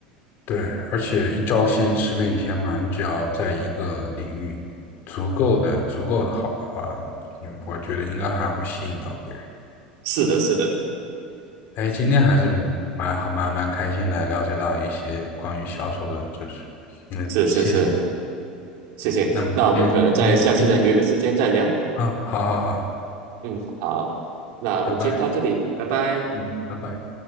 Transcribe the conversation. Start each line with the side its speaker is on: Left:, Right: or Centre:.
Left: 对，而且一招鲜吃遍天嘛，你只要在一个领域足够的足够的好的话，嗯我觉得应该还会吸引到别人。
Right: 是的，是的，
Left: 哎，今天还是蛮好，蛮蛮开心的，了解到一些关于销售的知识。嗯，
Right: 是是是，
Left: 谢谢。
Right: 谢谢。
Left: 那么今天，
Right: 那我们可能在下次再约个时间再聊。
Left: 今天，今天，啊，好好好，
Right: 嗯，好，那我们今天到这里，
Left: 拜拜。
Right: 拜拜。
Left: 嗯，拜拜。